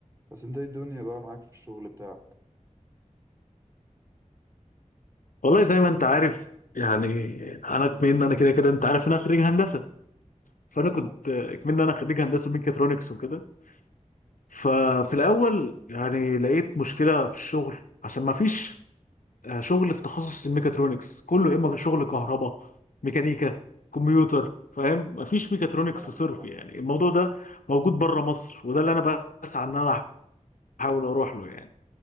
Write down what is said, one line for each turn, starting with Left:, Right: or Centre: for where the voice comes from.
Right: بس أنت إيه الدنيا بقى معاك في الشغل بتاعك؟
Left: والله زي ما انت عارف يعني انا كمان إن انا كده كده انت عارف ان انا خريج هندسه فانا
Right: أنا
Left: كنت كمان إن انا خريج هندسه ميكاترونكس وكده ففي الاول يعني لقيت مشكله في الشغل عشان ما فيش آه، شغل في تخصص الميكاترونكس كله يا اما شغل كهرباء ميكانيكا كمبيوتر فاهم مفيش ميكاترونكس
Right: فاهمك
Left: صرف
Right: آه،
Left: يعني الموضوع ده موجود بره مصر وده اللي انا بسعى ان انا احاول اروح له يعني